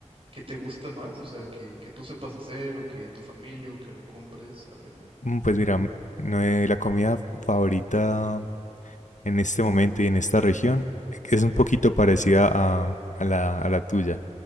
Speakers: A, on the right (about 45°); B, on the left (about 80°).
A: ¿Qué te gusta más? O sea, que, que tú sepas hacer o que tu familia o que lo compres. A ver.
B: Mm, Pues mira, mm, no, eh, la comida favorita en este momento y en esta región es un poquito parecida a, a la, a la tuya.